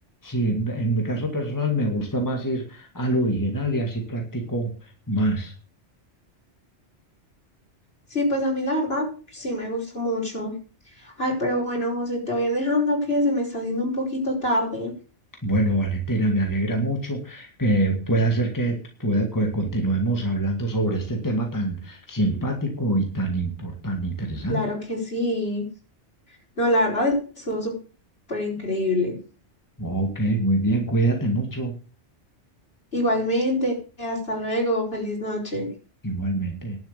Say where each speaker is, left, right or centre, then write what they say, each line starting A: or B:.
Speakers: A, on the left (about 15°); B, on the left (about 55°).
A: Sí, en, en mi caso personal me gusta más ir al original y así practico más.
B: sí, pues a mí la verdad sí me gusta mucho. Ay, pero bueno, José, te voy a ir dejando que se me está haciendo un poquito tarde.
A: Bueno, Valentina, me alegra mucho que pueda ser que, pueda, que continuemos hablando sobre este tema tan simpático y tan importante, interesante.
B: Claro que sí. No, la verdad, estuvo súper increíble.
A: Ok, muy bien, cuídate mucho,
B: Igualmente, hasta luego, feliz noche.
A: igualmente.